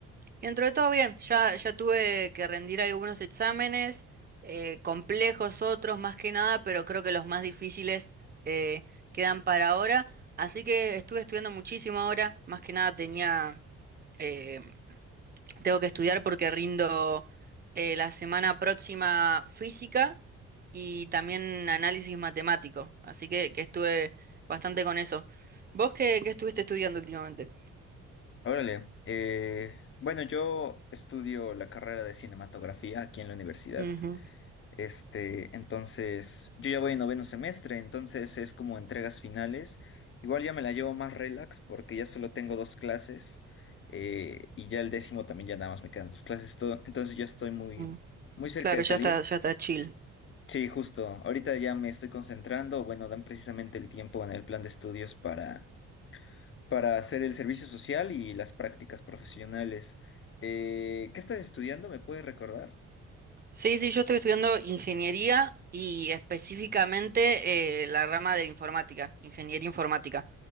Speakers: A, on the right (about 30°); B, on the left (about 45°).
A: y dentro de todo bien, ya, ya tuve que rendir algunos exámenes, eh, complejos otros más que nada, pero creo que los más difíciles eh, quedan para ahora. Así que estuve estudiando muchísimo ahora, más que nada tenía... eh, tengo que estudiar porque rindo eh, la semana próxima física y también análisis matemático. Así que, que estuve bastante con eso. ¿Vos qué, qué estuviste estudiando últimamente?
B: Órale, eh, bueno, yo estudio la carrera de cinematografía aquí en la universidad.
A: Ujú,
B: Este, entonces, yo ya voy en noveno semestre, entonces es como entregas finales. Igual ya me la llevo más relax porque ya solo tengo dos clases eh, y ya el décimo también ya nada más me quedan dos clases. todo- entonces ya estoy muy,
A: mm.
B: muy cerca
A: Claro,
B: de salir.
A: ya está, ya está chill.
B: Sí, justo. Ahorita ya me estoy concentrando. Bueno, dan precisamente el tiempo en el plan de estudios para, para hacer el servicio social y las prácticas profesionales. Eh, ¿qué estás estudiando? ¿Me puedes recordar?
A: Sí, sí, yo estoy estudiando ingeniería y específicamente eh, la rama de informática, ingeniería informática.